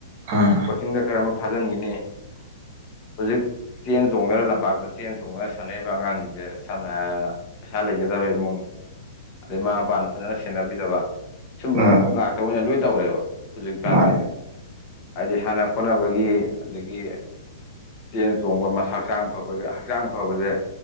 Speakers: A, on the right; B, on the left.
A: ꯑꯥ
B: ꯀꯣꯆꯤꯡꯗ ꯈꯔ ꯑꯃ ꯐꯥꯖꯤꯟꯈꯤꯅꯤ ꯍꯧꯖꯤꯛ ꯆꯦꯟ ꯆꯣꯡꯗꯅ ꯂꯝꯄꯥꯛꯇ ꯆꯦꯟ ꯆꯣꯡꯗꯅ ꯁꯥꯟꯅꯔꯤꯕ ꯑꯉꯥꯡꯁꯤꯡꯖꯦ ꯁꯝꯅ ꯍꯥꯏ ꯄꯩꯁꯥ ꯂꯩꯖꯗꯕ ꯏꯃꯨꯡ ꯑꯗꯩ ꯃꯃꯥ ꯃꯄꯥꯅ ꯐꯖꯅ ꯁꯦꯟꯅꯕꯤꯗꯕ ꯁꯨꯝꯕ
A: ꯎꯝ
B: ꯉꯥꯛꯇ ꯑꯣꯏꯅ ꯂꯣꯏ ꯇꯧꯔꯦꯕ ꯍꯧꯖꯤꯛꯀꯥꯟꯖꯦ
A: ꯃꯥꯅꯦ
B: ꯍꯥꯏꯗꯤ ꯁꯥꯟꯅ ꯈꯣꯠꯅꯕꯒꯤ ꯑꯗꯒꯤ ꯆꯦꯟ ꯆꯣꯡꯕ ꯃꯁꯥ ꯍꯛꯆꯥꯡ ꯐꯕꯒꯤ ꯍꯛꯆꯥꯡ ꯐꯕꯖꯦ